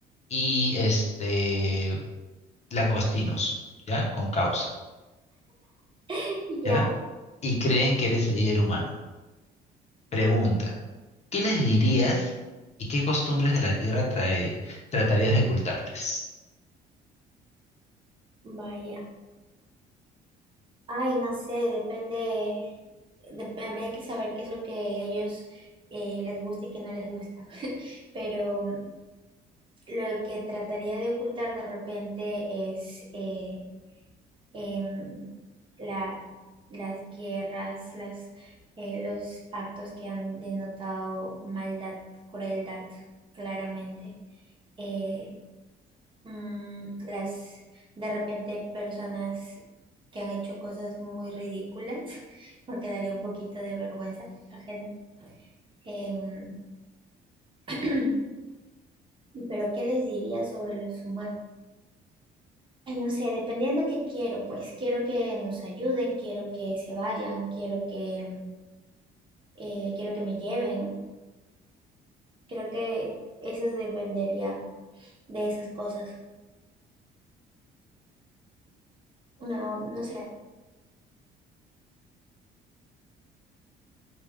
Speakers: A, on the left; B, on the right.
A: y este langostinos, ¿ya? Con causa,
B: <laughs> Ya,
A: ¿ya? Y creen que eres el líder humano. Pregunta, ¿qué les dirías y qué costumbres de la Tierra traer- tratarías de ocultarles?
B: vaya. Ay, no sé, depende, dep- habría que saber qué es lo que ellos eh, les gusta y qué no les gusta. <laughs> Pero mm, lo que trataría de ocultar de repente es eh, em, la, las guerras, las, eh, los actos que han denotado maldad, crueldad, claramente. Eh, Mm, las de repente personas que han hecho cosas muy ridículas, <laughs> porque daría un poquito de vergüenza ajena. Em, <clears throat> pero ¿qué les diría sobre los humanos? Ay, no sé, dependiendo qué quiero, pues quiero que nos ayuden, quiero que se vayan, quiero que em, eh, quiero que me lleven. Creo que eso dependería de esas cosas. No, no sé,